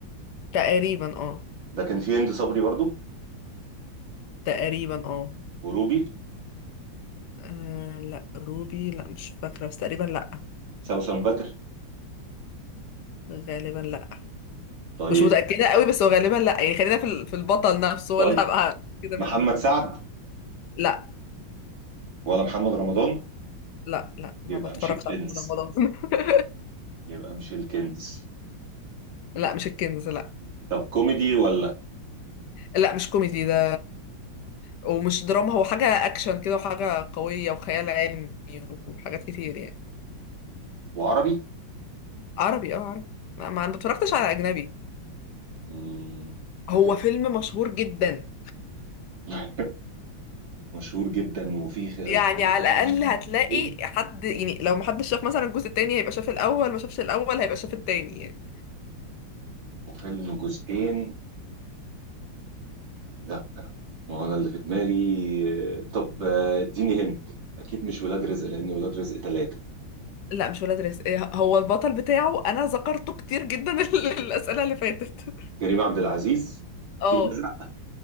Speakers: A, on the left; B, on the right.
A: تقريبا اه
B: ده كان فيه هند صبري برضو
A: تقريبا اه
B: وروبي
A: آه، لا روبي لا مش فاكرة بس تقريبا لا
B: سوسن بدر
A: غالبا لا
B: طيب
A: مش متأكدة قوي بس هو غالبا لا يعني خلينا في ال- في البطل نفسه هو
B: طيب
A: اللي هبقى <laughs> كده منه
B: محمد سعد
A: لا
B: ولا محمد رمضان
A: لا لا ما
B: يبقى
A: بتفرجش
B: مش الكنز
A: على رمضان <laughs>
B: يبقى مش الكنز
A: لا مش الكنز لا
B: طب كوميدي ولا
A: لا مش كوميدي ده ومش دراما هو حاجة أكشن كده وحاجة قوية وخيال علمي وحاجات كتير يعني
B: وعربي
A: عربي اه عربي ما ما- ما اتفرجتش على أجنبي
B: مم،
A: هو
B: ده كده
A: فيلم مشهور جدا
B: <laughs> مشهور جدا وفيه خ-
A: يعني
B: خلي
A: على
B: بالك منه
A: الأقل هتلاقي
B: جزئين
A: حد يعني لو محدش شاف مثلا الجزء التاني هيبقى شاف الأول ما شافش الأول هيبقى شاف التاني يعني
B: وفيلم جزئين لا ما هو انا اللي في دماغي طب آه، اديني هنت اكيد مش ولاد رزق لان ولاد رزق ثلاثة
A: لا مش ولاد رزق إيه، هو البطل بتاعه أنا ذكرته كتير جدا <laughs> الأسئلة اللي فاتت
B: كريم عبد العزيز
A: اه
B: في الازرق